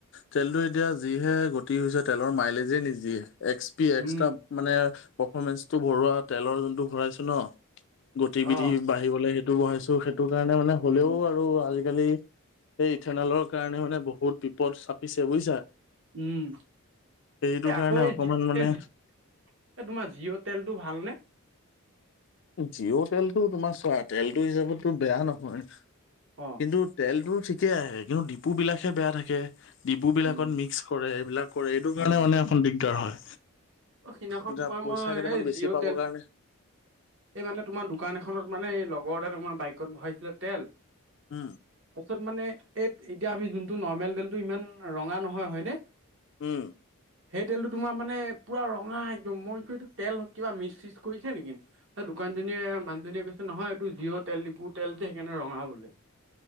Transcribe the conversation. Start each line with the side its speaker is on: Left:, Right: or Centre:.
Left: কিন্তু এতিয়া যিহে গতি হৈছে তেলৰ মাইলেজে নিদিয়ে। এক্স <unintelligible>
Right: উম
Left: মানে পাৰফমেঞ্চটো ভৰোৱা তেলৰ যোনটো ভৰাইছো ন। গতিবিধি
Right: অঁ
Left: বাঢ়িবলৈ সেইটো বঢ়াইছো। সেইটো কাৰণে মানে হ'লেও
Right: উম
Left: আৰু আজিকালি এই ইথেনলৰ কাৰণে মানে বহুত বিপদ চাপিছে বুজিছা।
Right: উম
Left: সেইটো
Right: এ
Left: কাৰণে
Right: আকৌ এ
Left: অকমান
Right: যি
Left: মানে
Right: এ যি এই তোমাৰ জিঅ' তেলটো ভালনে?
Left: জিঅ' তেলটো তোমাৰ চোৱা তেলটো হিচাপতো বেয়া নহয়।
Right: অ
Left: কিন্তু তেলটো ঠিকেই আহে। কিন্তু ডিপুবিলাকহে বেয়া থাকে। ডিবু বিলাকত
Right: উম,
Left: মিক্স কৰে, এইবিলাক কৰে, এইটো কাৰণে
Right: উম।
Left: মানে একন দিগদাৰ হয়।
Right: অ' সিদিনাখন
Left: এতিয়া
Right: তোমাৰ
Left: পইচা
Right: মই
Left: কেইটামান
Right: এই
Left: বেছি
Right: জিঅ'
Left: পাবৰ
Right: তেল
Left: কাৰণে
Right: এই মানে তোমাৰ দোকান এখনত মানে এই লগৰ এ তোমাৰ বাইকত ভৰাইছিলে তেল
Left: উম।
Right: তাৰপিছত মানে এই এতিয়া আমি যোনটো নৰ্মেল তেলটো ইমান ৰঙা নহয় হয়নে।
Left: উম।
Right: সেই তেলটো তোমাৰ মানে পুৰা ৰঙা একদম মই কওঁ এইটো তেল কিবা মিচ চিচ কৰিছে নেকি। এ দোকানজনীয়ে মানুহজনীয়ে কৈছে নহয় এইটো জিঅ' তেল ডিপু তেল যে সেইকাৰণে ৰঙা বোলে।